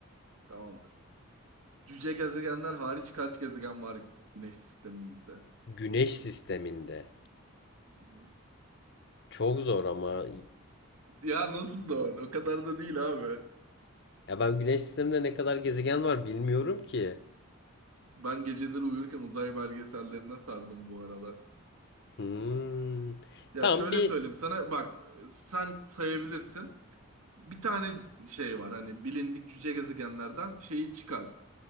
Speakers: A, on the right (about 85°); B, on the left (about 50°).
A: Tamamdır. Cüce gezegenler hariç kaç gezegen var Güneş sistemimizde? Hı
B: Güneş sisteminde.
A: hı.
B: Çok zor ama.
A: Ya nasıl zor? O kadar da değil abi.
B: Ya ben güneş sisteminde ne kadar gezegen var bilmiyorum ki.
A: Ben geceleri uyurken uzay belgesellerine sardım bu aralar.
B: Hmm.
A: Ya
B: Tamam
A: şöyle
B: bir
A: söyleyeyim sana bak sen sayabilirsin. Bir tane şey var hani bilindik cüce gezegenlerden şeyi çıkar.